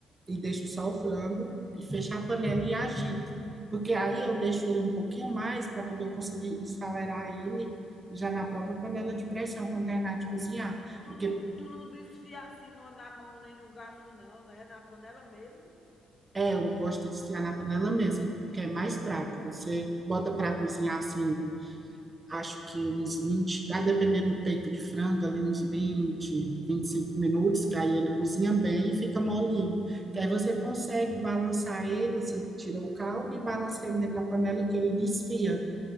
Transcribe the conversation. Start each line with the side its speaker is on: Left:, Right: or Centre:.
Right: e deixo só o frango e fecho a panela e agito. Porque aí eu deixo ele um pouquinho mais para poder eu conseguir esfalear ele já na própria panela de pressão quando terminar de cozinhar.
Left: Tu
Right: Porque
Left: não, tu não desfia assim no- na mão nem no garfo, não, né? Na panela mesmo?
Right: é, eu gosto de esfriar na panela mesmo, porque é mais prático. Você bota para cozinhar assim acho que uns 20, a depender do peito de frango, ali uns 20, 25 minutos, que aí ele cozinha bem e fica molinho. Que aí você consegue balançar ele, você tira o caldo e balança ele dentro da panela que ele desfia.